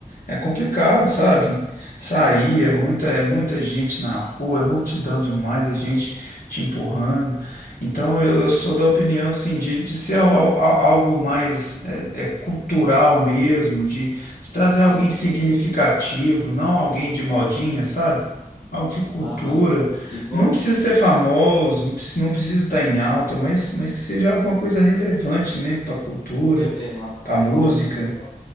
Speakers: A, on the left; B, on the left.
A: É complicado, sabe? Sair é muita,
B: Foi,
A: é muita gente na rua, é multidão demais, é gente te empurrando. Então eu, eu sou da opinião assim de, de ser al- al- algo mais é, é, cultural mesmo, de, de trazer alguém
B: entendi.
A: significativo, não alguém de modinha, sabe? Algo de cultura.
B: Aham. Igual
A: Não precisa ser
B: o
A: famoso, não precisa, não precisa estar em alta, mas, mas que seja alguma coisa relevante, né, para a cultura,
B: PV, Marcos.
A: para
B: Eu,
A: a música.
B: eu, eu